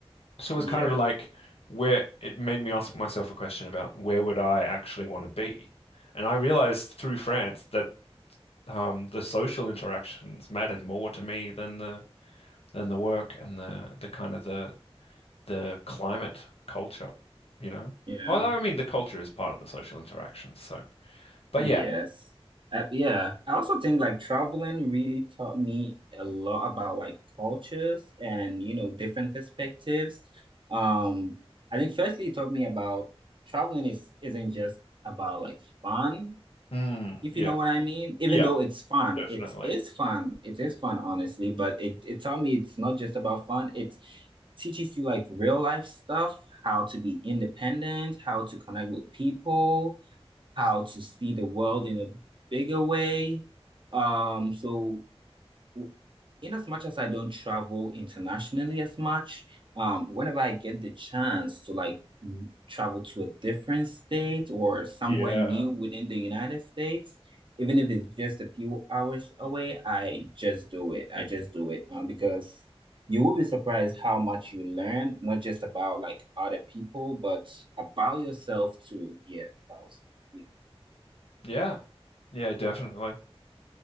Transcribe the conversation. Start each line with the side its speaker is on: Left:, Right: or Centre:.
Left: So it was
Right: Yeah.
Left: kind of like where it made me ask myself a question about where would I actually want to be? And I realized through France that um, the social interactions mattered more to me than the than the work and the the kind of the the climate culture, you know?
Right: Yeah.
Left: Although I mean the culture is part of the social interactions, so but
Right: Yes.
Left: yeah.
Right: Uh, yeah. I also think like traveling really taught me a lot about like cultures and, you know, different perspectives. Um, I think firstly it taught me about traveling is isn't just about like fun,
Left: Mm,
Right: if
Left: yeah.
Right: you know what I mean. Even
Left: Yeah,
Right: though it's fun,
Left: definitely.
Right: it is fun. It is fun, honestly, but it, it taught me it's not just about fun. It's teaches you like real life stuff, how to be independent, how to connect with people how to see the world in a bigger way. Um, so w- in as much as I don't travel internationally as much, um, whenever I get the chance to like m- travel to a different state or somewhere
Left: Yeah.
Right: new within the United States, even if it's just a few hours away, I just do it. I just do it. Um, because you will be surprised how much you learn, not just about like other people, but about yourself too. Yeah, if I was- yeah.
Left: Yeah. Yeah, definitely.